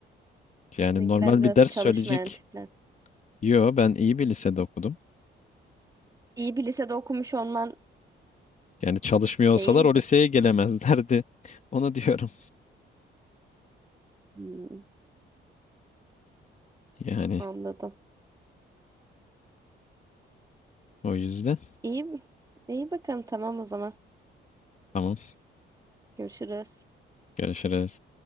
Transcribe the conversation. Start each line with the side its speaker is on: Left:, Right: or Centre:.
Left: Yani
Right: Sizinkiler
Left: normal
Right: biraz
Left: bir ders
Right: çalışmayan
Left: söyleyecek.
Right: tipler.
Left: Yo ben iyi bir lisede okudum.
Right: İyi bir lisede okumuş olman
Left: Yani çalışmıyor
Right: şeyimdi.
Left: olsalar o liseye gelemezlerdi. <laughs> Onu diyorum.
Right: Hmm,
Left: Yani
Right: anladım.
Left: o yüzden
Right: İyi, iyi bakalım tamam o zaman.
Left: tamam
Right: Görüşürüz.
Left: görüşürüz.